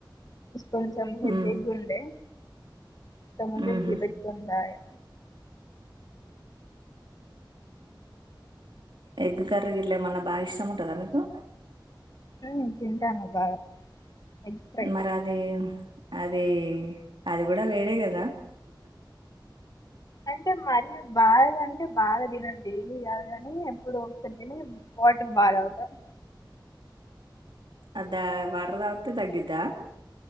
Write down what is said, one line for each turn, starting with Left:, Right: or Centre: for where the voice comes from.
Left: కొంచెం హేడేక్
Right: ఉమ్
Left: ఉండే ఇంతకుముందు
Right: ఉహు
Left: టీ పెట్టుకున్నాయి
Right: ఎగ్ కర్రీ గిట్ల ఏమన్నా బాగా ఇష్టం ఉంటుందా మీకు
Left: హు తింటాను బాగా ఎగ్ ఫ్రై
Right: మరి అది అదే అదే కూడా వేడి కదా
Left: అంటే మరి బాగా అంటే బాగా తినండి డైలీ కాదు కాని ఎప్పుడు వస్తుంటేనే వాట్ <unintelligible>
Right: అదా వాటర్ తాగితే తగ్గుతదా